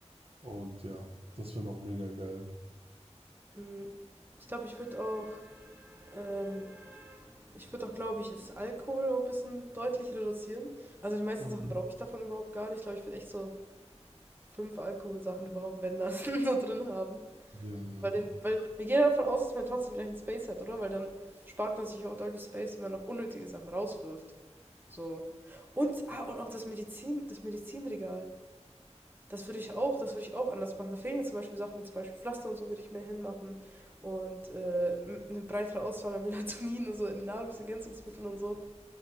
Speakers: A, on the right (about 55°); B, on the right (about 15°).
A: Und ja, das wäre noch mega geil.
B: Mhm. Ich glaube, ich würde auch ähm, Ich würde auch, glaube ich, das Alkohol auch ein bisschen deutlich reduzieren. Also die meisten
A: Mhm.
B: Sachen brauche ich davon überhaupt gar nicht. Ich glaube, ich würde echt so fünf Alkoholsachen überhaupt, wenn das, <laughs> so drin haben.
A: Ja, ja.
B: Weil, den, weil wir gehen ja davon aus, dass man trotzdem gleich einen Space hat, oder? Weil dann spart man sich auch deutlich Space, wenn man noch unnötige Sachen rauswirft. So. Und, ah, und auch das Medizin, das Medizinregal. Das würde ich auch, das würde ich auch anders machen. Da fehlen ja zum Beispiel Sachen mit zum Beispiel Pflaster und so würde ich mehr hinmachen. Und äh, m- eine breitere Auswahl an Melatonin und so, im Nahrungsergänzungsmitteln und so.